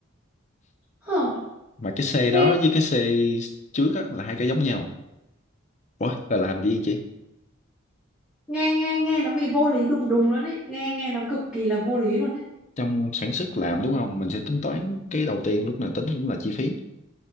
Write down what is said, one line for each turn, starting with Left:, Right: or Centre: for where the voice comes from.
Centre: hờ
Left: mà cái
Centre: nghe
Left: C đó với cái C trước á là hai cái giống nhau ủa là làm gì chị
Centre: nghe nghe nghe nó bị vô lý đùng đùng luôn ấy nghe nghe nó cực kỳ là vô lý luôn ấy
Left: trong sản xuất làm đúng không mình sẽ tính toán cái đầu tiên lúc nào tính cũng là chi phí